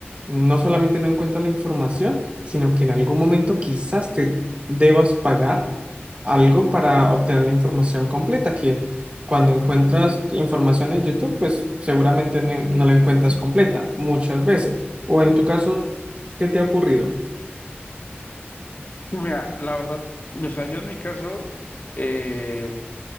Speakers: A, on the right; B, on the left.
A: no solamente no encuentras la información, sino que en algún momento quizás te debas pagar algo para obtener la información completa, que cuando encuentras información en YouTube, pues seguramente no, no la encuentras completa muchas veces. O en tu caso, ¿qué te ha ocurrido?
B: Sí, mira, la verdad, o sea, yo en mi caso, eh,